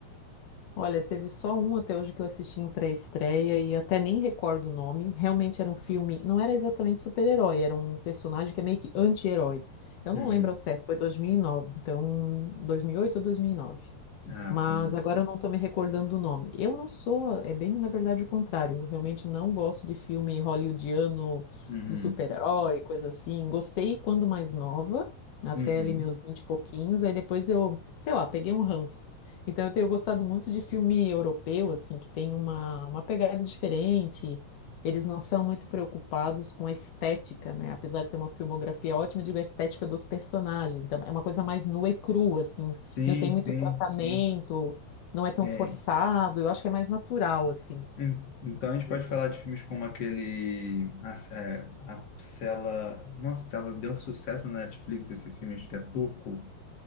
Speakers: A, on the left; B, on the left.
A: Olha, teve só um até hoje que eu assisti em pré-estreia e até nem recordo o nome. Realmente era um filme, não era exatamente super-herói, era um personagem que é meio que anti-herói. Eu
B: Uhum.
A: não lembro ao certo, foi 2009, então 2008 ou dois mil e nove.
B: Ah,
A: mas
B: família.
A: agora eu não estou me recordando do nome. Eu não sou, é bem, na verdade, o contrário. Eu realmente não gosto de filme hollywoodiano,
B: Uhum.
A: de super-herói, coisa assim. Gostei quando mais nova, até
B: Uhum.
A: ali meus 20 e pouquinhos, aí depois eu, sei lá, peguei um ranço. Então eu tenho gostado muito de filme europeu, assim, que tem uma, uma pegada diferente. Eles não são muito preocupados com a estética, né? Apesar de ter uma filmografia ótima, eu digo a estética dos personagens. Então, é uma coisa mais nua e crua, assim.
B: Sim,
A: Não tem
B: sim,
A: muito tratamento,
B: sim.
A: não é tão
B: É.
A: forçado, eu acho que é mais natural, assim.
B: en- Então a gente
A: pra
B: pode
A: eles.
B: falar de filmes como aquele A, é, a Cela. Nossa, tava, deu um sucesso na Netflix esse filme, acho que é turco.